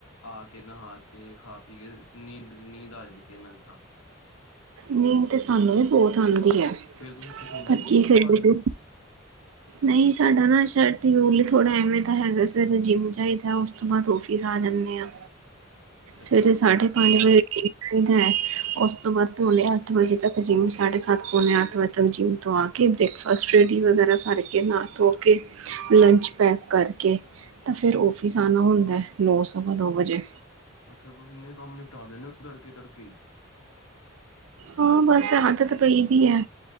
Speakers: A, on the left (about 90°); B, on the right (about 70°).
A: ਆ ਕੇ ਨਹਾ ਕੇ ਖਾ ਪੀ ਕੇ ਨੀਂਦ, ਨੀਂਦ ਆ ਜਾਂਦੀ ਹੈ ਮੈਨ ਤਾਂ।
B: ਨੀਂਦ ਤੇ ਸਾਨੂੰ ਵੀ ਬੋਹਤ ਆਉਂਦੀ ਆ
A: ਫਿਰ ਤੁਸੀਂ ਸੌਦੇ
B: ਪਰ
A: ਨੀ ਜਿੰਮ
B: ਕੀ ਕਰੀਏ।
A: ਤੋਂ ਆ ਕੇ
B: ਨਹੀਂ ਸਾਡਾ ਨਾ ਸ਼ਾਇਲ ਥੋੜਾ ਐਵੇਂ ਤਾਂ ਹੈਗਾ ਸਵੇਰੇ ਜਿੰਮ ਜਾਈਦਾ ਉਸ ਤੋ ਬਾਦ ਔਫਿਸ ਆ ਜਾਨੇ ਆਂ।
A: <inaudible>
B: ਸਵੇਰੇ
A: ਅੱਛਾ
B: ਸਾਡੇ ਪਾੰਜ ਵਜੇ <inaudible> ਦਾ ਐ ਓਸ ਤੋ ਬਾਦ ਪੌਨੇ ਅੱਠ ਵਜੇ ਤਕ ਜਿੰਮ, ਸਾਡੇ ਸਾੱਤ ਪੌਨੇ ਅੱਠ ਵਜੇ ਤਕ ਜਿੰਮ ਤੋ ਆ ਕੇ ਕੇ ਬ੍ਰੇਕਫਾਸਟ ਰੇਡੀ ਵਗੈਰਾ ਕਾਰਕੇ, ਨਾ ਧੋ ਕੇ ਲੰਚ ਪੈਕ ਕਾਰਕੇ ਤਾ ਫੇਰ ਔਫਿੱਸ ਆਨਾ ਹੁੰਦੈ ਨੌ ਸਵਾ ਨੌ ਵਜੇ।
A: ਅੱਛਾ ਤੁਸੀਂ ਇੰਨੇ ਕਾੰਮ ਨਿਪਟਾ ਦੇਨੇ ਓ ਤੜਕੇ-ਤੜਕੇ ਈ।
B: ਹਾਂ ਬਾਸ ਆਦਤ ਪਈ ਦੀ ਐ।